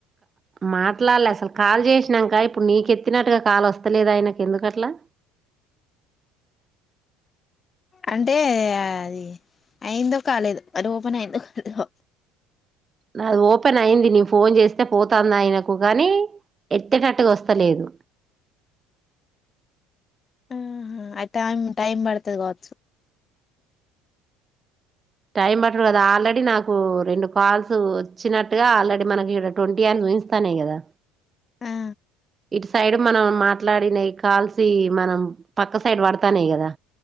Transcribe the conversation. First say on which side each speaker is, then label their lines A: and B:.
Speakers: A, on the right (about 30°); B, on the left (about 35°).
A: మాట్లాడలే అసలు కాల్ చేసినాక ఇప్పుడు నీకెత్తినట్టుగా కాల్ వస్తలేద ఆయనకు ఎందుకట్లా
B: అంటే అది అయిందో కాలేదు అది ఓపెన్ అయిందో కాలేదు
A: నా ఓపెన్ అయింది నీ ఫోన్ చేస్తే పోతాంది ఆయనకు కానీ ఎత్తటట్టుగా వస్తలేదు
B: ఆ అ టైమ్ టైం పడుతుది కావచ్చు
A: టైం పట్టడు కదా ఆల్రెడీ నాకు రెండు కాల్స్ వచ్చినట్టుగా ఆల్రెడీ మనకి ఇక్కడ ట్వంటీ అవర్స్ ఊహస్తానే కదా
B: ఆ
A: ఇటు సైడ్ మనం మాట్లాడినయి కాల్సి మనం పక్క సైడ్ పడతానేయి కదా